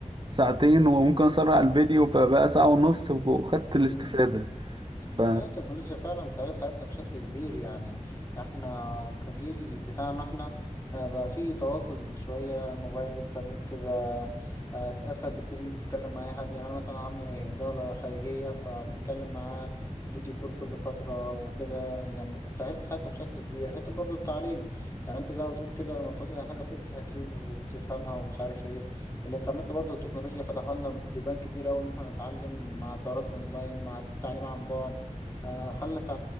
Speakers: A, on the right; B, on the left.
A: ساعتين وممكن اسرع الفيديو فبقى ساعة ونص وخدت الاستفادة
B: مم.
A: ف
B: لا التكنولوجيا فعلا سهلت حياتنا بشكل كبير يعني احنا كجيل بتاعنا احنا آه، بقى في تواصل شوية الموبايل الانترنت بقى آه، اسهل بكتير ان انت تتكلم مع اي حد يعني انا مثلا عمي في دولة خارجية فبنتكلم معاه فيديو كول كل فترة وكده يعني سهلت حياتنا بشكل كبير حتى برضو التعليم يعني انت زي ما بتقول كده لما بتعوز اي حاجة بتفتح يوتيوب وبتفهمها ومش عارف ايه الانترنت برضو التكنولوجيا فتحوا لنا بيبان كتير قوي ان احنا نتعلم مع الدورات الاونلاين مع التعليم عن بعد آه، خلى التع-